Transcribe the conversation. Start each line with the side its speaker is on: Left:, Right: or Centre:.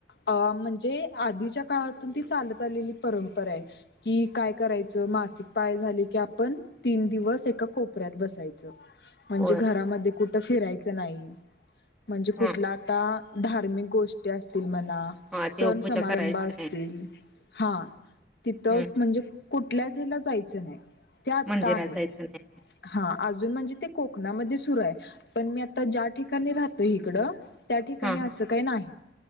Left: म्हणजे आधीच्या काळातून ती चालत आलेली परंपरा आहे की काय करायचं मासिक पाळी पाय झाले की आपण तीन दिवस एका कोपऱ्यात बसायचं. म्हणजे
Centre: होय.
Left: घरामध्ये कुठ तर फिरायचं नाही. म्हणजे कुठला
Centre: हां
Left: आता? धार्मिक गोष्टी असतील म्हण
Centre: हां देवपूजा
Left: सण समारंभ
Centre: करायची
Left: असतील
Centre: नाही.
Left: हा तिथ
Centre: हं
Left: म्हणजे कुठल्याच हेला जायचं नाही. त्या आता
Centre: मंदिरात
Left: आहे
Centre: जायचं नाही.
Left: हा अजून म्हणजे ते कोकणामध्ये सुरू आहे. पण मी आता ज्या ठिकाणी राहतो इकडं त्या ठिकाणी
Centre: हां
Left: असं
Centre: हां
Left: काही नाही